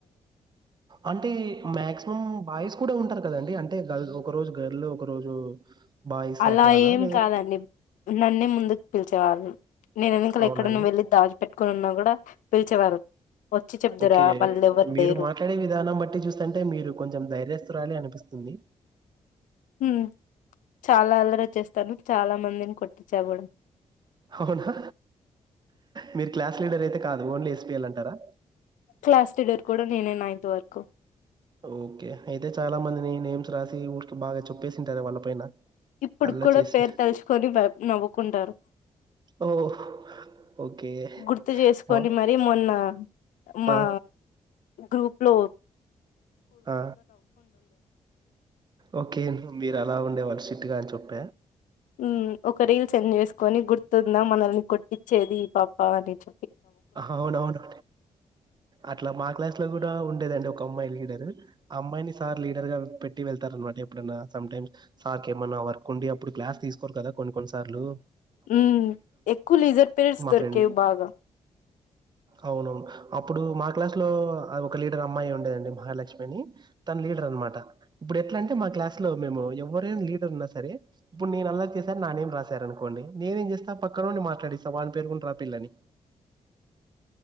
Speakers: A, on the right; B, on the left.
A: అంటే మక్సిమం బాయిస్ కూడా ఉంటారు కదండి అంటే గల్ ఒక రోజు గర్లు ఒక రోజు బాయ్స్
B: అలా
A: అట్లానా
B: ఏం
A: లేదా
B: కాదండి నన్నే ముందుకు పిలిచేవాళ్ళు నేను వెనకల
A: అవునా
B: ఎక్కడ
A: అండి
B: ను వెళ్ళి దాచి పెెట్టుకుని ఉన్నా కూడా పిలిచేవారు చెప్దురా
A: ఓకే
B: వాళ్ళు ఎవరు
A: మీరు
B: లేరు
A: మాట్లాడే విధానం బట్టి చూస్తంటే మీరు కొంచెం ధైర్యస్తురాలి అనిపిస్తుంది
B: ఉమ్ చాలా అల్లారేచ్చేస్తాను చాలా మందిని కొట్టించా కూడా
A: అవునా మీరు క్లాస్ లీడర్ అయితే కాదు ఓన్లీ ఎస్పిఎల్ అంటారా
B: క్లాస్ లీడర్ కూడా నేనే నైన్ంత్ వరకు క్కొ
A: ఓకే అయితే చాలా మందిని నేమ్స్ రాసి ఊకి బాగా చెప్పేసింటారు వాళ్ళ పైన.
B: ఇప్పుడు
A: అల్లరి
B: కూడా
A: చేసింటారు.
B: పేరు తలుచుకొని నవ్వుకుంటారు
A: ఓహ్! ఓకే.
B: గుర్తు చేసుకొని
A: మా
B: మరి మొన్న మా
A: ఆ!
B: గ్రూప్ ఫ్లో
A: ఆ ఓకే మీర అలా ఉండేవా సిట్గా అని చెప్ప
B: ఉమ్ ఒక రీల్ సెండ్ చేసుకొని గుర్తుందా మనల్ని కొట్టించేది ఇ పాప అని చ
A: అవునవును అట్లా మా క్లాస్ లో కూడా ఉండేదండి ఒక అమ్మాయి లీడర్ ఆ అమ్మాయిని సార్ లీడర్ గా పెట్టి వెళ్తారు అనమాట ఎప్పుడన్నా సమ్ టైం సార్ కి ఎమన్న వర్ కుండి అప్పుడు క్లాస్ తీసుకోరు కదా కొన్ని కొన్నిసార్లు
B: ఉ మ్ ఎక్కువ లీజర్ పీరియడ్స్
A: మా
B: దొరికేవి
A: ఫ్రెండ్
B: బాగా
A: అవునవును అప్పుడు మా క్లాస్ లో ఆమ్ ఒక లీడర్ అమ్మాయి ఉండేదండి. మహాలక్ష్మి అని తన్ లీడర్ అన్మాట, ఇప్పుడు ఎట్లా అంటే మా క్లాస్ లో మేము ఎవరైనా లీడర్ ఉన్నా సరే, ఇప్పుడు నేను అల్లర్ చేశారు నా నేం రాశారు అనుకోండి. నేనేం చేస్తా పక్కనాన్డి మాట్లాడిస్తా వానీ పేరుగున్ రాపిల్లని.